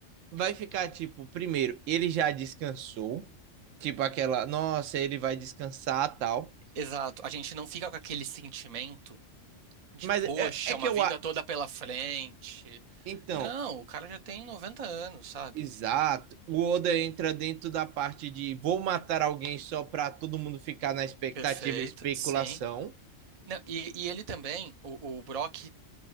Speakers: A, on the right; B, on the right.
A: vai ficar, tipo, primeiro, ele já descansou. Tipo, aquela, nossa, ele vai descansar, tal.
B: Exato. A gente não fica com aquele sentimento. de
A: Mas
B: poxa,
A: é, é que
B: uma
A: eu.
B: vida
A: a-
B: toda pela frente.
A: Então,
B: Não, o cara já tem 90 anos, sabe?
A: Exato. O Oda entra dentro da parte de vou matar alguém só pra todo mundo ficar na expectativa
B: Perfeito,
A: e especulação.
B: sim. Não, e, e ele também, o, o Brock,